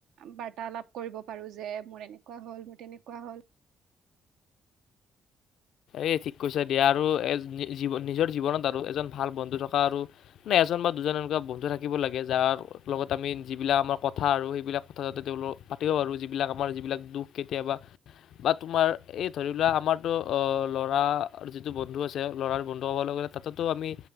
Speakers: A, on the right; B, on the left.
A: বাৰ্তালাপ কৰিব পাৰো যে মোৰ এনেকুৱা এক হ'ল মোৰ তেনেকুৱা হ'ল।
B: এ ঠিক কৈছা দিয়া আৰু জীৱন নিজৰ জীৱনত আৰু এজন ভাল বন্ধু থকা আৰু নে এজন বা দুজন এনেকুৱা বন্ধু থাকিব লাগে যাৰ লগত আমি যিবিলাক আমাৰ কথা আৰু সেইবিলাক কথা যাতে তেওঁল পাতিব পাৰো যিবিলাক আমাৰ যিবিলাক দুখ কেতিয়াবা বা তোমাৰ এই ধৰি লোৱা আমাৰতো ল'ৰাৰ যিটো বন্ধু আছে ল'ৰাৰ বন্ধু ক'বলৈ গ'লে তাততো আমি